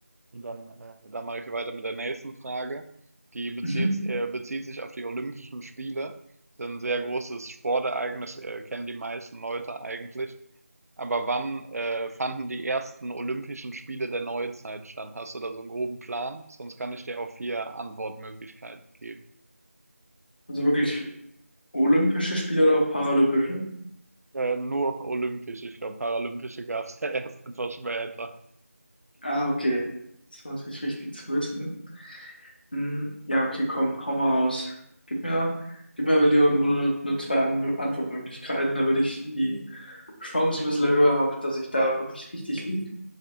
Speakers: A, on the right; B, on the left.
A: Und dann, äh, dann mache ich weiter mit der nächsten Frage. Die bezieht,
B: Mhm.
A: äh, bezieht sich auf die Olympischen Spiele. Das ist ein sehr großes Sportereignis, äh, kennen die meisten Leute eigentlich. Aber wann äh, fanden die ersten Olympischen Spiele der Neuzeit statt? Hast du da so einen groben Plan? Sonst kann ich dir auch vier Antwortmöglichkeiten geben.
B: Also wirklich olympische Spiele oder auch paralympische?
A: Äh, nur olympisch, ich glaube, paralympische gab es <laughs> ja erst etwas später.
B: Ah, okay. Das ist natürlich wichtig zu wissen. Hm, ja, okay, komm, hau mal raus. Gib mir, gib mir aber lieber nur, nur zwei An Antwortmöglichkeiten, damit ich die Chance ein bisschen höher habe, dass ich da wirklich richtig liege.